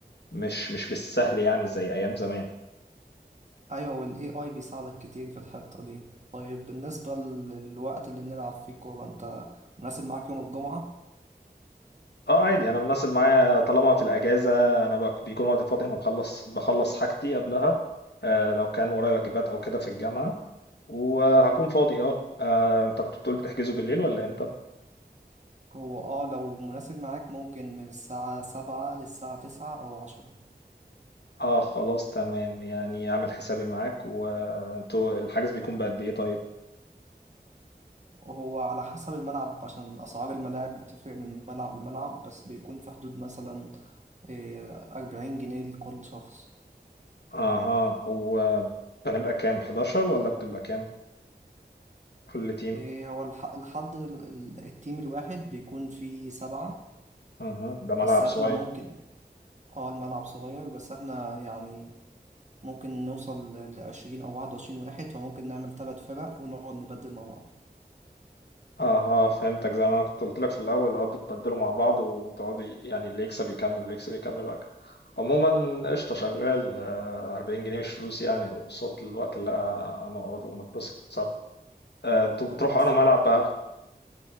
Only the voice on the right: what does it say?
ايوه والاي اي بيساعدك كتير في الحتة دي طيب بالنسبة للوقت اللي بنلعب فيه كورة انت مناسب معاك يوم الجمعة
هو اه لو مناسب معاك ممكن من الساعة سبعة للساعة تسعة او عشرة
وهو على حسب الملعب عشان أسعار الملاعب بتفرق من ملعب لملعب بس بيكون في حدود مثلا آه، أربعين جنيه لكل شخص
إيه هو الح- لحد دلو- ال- التيم الواحد بيكون فيه سبعة
بس احنا
ممكن اه الملعب صغير بس احنا يعني ممكن نوصل لعشرين أو واحد وعشرين واحد فممكن نعمل تلات فرق ونقعد نبدل مع بعض
خلاص